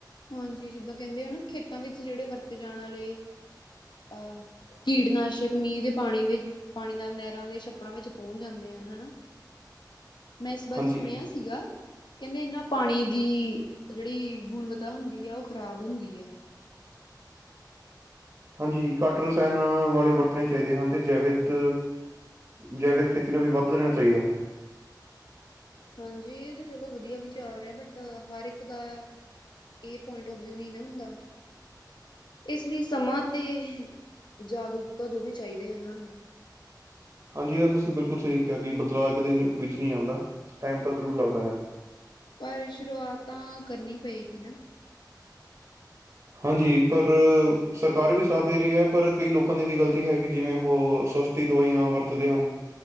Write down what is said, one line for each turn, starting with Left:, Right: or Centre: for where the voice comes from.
Left: ਹਾਂਜੀ ਜਿੱਦਾਂ ਕਹਿੰਦੇ ਆ ਨਾ ਖੇਤਾਂ ਵਿੱਚ ਜਿਹੜੇ ਵਰਤੇ ਜਾਣ ਵਾਲੇ ਅਹ ਕੀਟਨਾਸ਼ਕ ਮੀਂਹ ਦੇ ਪਾਣੀ ਵਿਚ ਪਾਣੀ ਨਾਲ ਨਹਿਰਾਂ ਦੇ ਛੱਪੜਾਂ ਵਿੱਚ ਪਹੁੰਚ ਜਾਂਦੇ ਆ ਹਨਾ, ਮੈਂ ਇਸ ਬਾਰੇ
Right: ਹਾਂਜੀ
Left: ਸੁਣਿਆ ਸੀਗਾ, ਕਹਿੰਦੇ ਇਹਨਾਂ ਪਾਣੀ ਦੀ ਜਿਹੜੀ ਗੁਣਵੱਤਾ ਤਾ ਹੁੰਦੀ ਆ ਉਹ ਖਰਾਬ ਹੁੰਦੀ ਆ।
Right: ਹਾਂਜੀ ਘੱਟ ਰਸਾਇਣ ਵਾਲੇ ਵਰਤਣੇ ਚਾਈਦੇ ਹਨ ਤੇ ਜੈਵਿਤ ਜੈਵਿਕ ਖੇਤੀ ਨੂੰ ਵੀ ਵੱਧ ਦੇਣਾ ਚਾਹੀਦਾ ਹੈ।
Left: ਹਾਂਜੀ ਇਹ ਤਾਂ ਚਲੋ ਵਧੀਆ ਵਿਚਾਰ ਐ ਬਟ ਹਰ ਇੱਕ ਦਾ ਇਹ ਪੁਆਇੰਟ ਓਫ ਵਿਊ ਨਈਂ ਨਾ ਹੁੰਦਾ। ਇਸ ਲਈ ਸਮਾਂ ਤੇ ਜਾਗਰੂਕਤਾ ਦੋਵੇਂ ਚਾਹੀਦੇ ਹਨ ਹਾਨੂੰ।
Right: ਹਾਂਜੀ ਇਹ ਤੁਸੀਂ ਬਿਲਕੁਲ ਸਹੀ ਕਿਹਾ ਕਿ ਬਦਲਾਅ ਇੱਕ ਦਿਨ ਵਿੱਚ ਨ੍ਹੀਂ ਆਂਦਾ ਟਾਈਮ ਤਾਂ ਜ਼ਰੂਰ ਲੱਗਦਾ ਹੈ।
Left: ਪਰ ਸ਼ੁਰੂਆਤ ਤਾਂ ਕਰਨੀ ਪਏਗੀ ਨਾ। ??
Right: ਹਾਂਜੀ ਪਰ ਸਰਕਾਰ ਵੀ ਸਾਥ ਦੇ ਰਹੀ ਐ ਪਰ ਕਈ ਲੋਕਾਂ ਦੀ ਵੀ ਗਲਤੀ ਹੈ ਕਿ ਜਿਵੇਂ ਉਹ ਸਸਤੀ ਦਵਾਈਆਂ ਵਰਤਦੇ ਹਨ।